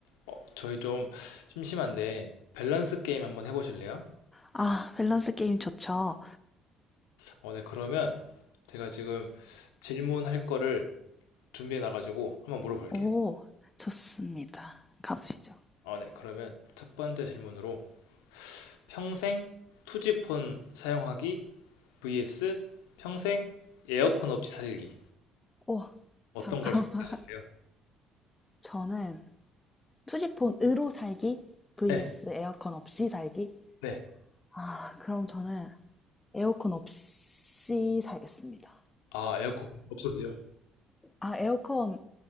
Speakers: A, on the left; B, on the left.
A: 어, 저희 좀 심심한데 밸런스 게임 한번 해보실래요?
B: 아, 밸런스 게임 좋죠.
A: 어, 네, 그러면 제가 지금 질문할 거를 준비해 놔가지고 한번 물어볼게요.
B: 오, 좋습니다. 가보시죠.
A: 어, 네, 그러면 첫 번째 질문으로 평생 투지폰 사용하기 vs 평생 에어컨 없이 살기
B: 오,
A: 어떤
B: 잠깐만.
A: 걸 선택하실래요?
B: 저는 투지폰으로 살기 vs
A: 네,
B: 에어컨 없이 살기.
A: 네.
B: 아, 그럼 저는 에어컨 없이 살겠습니다.
A: 아, 에어컨 없으세요?
B: 아, 에어컨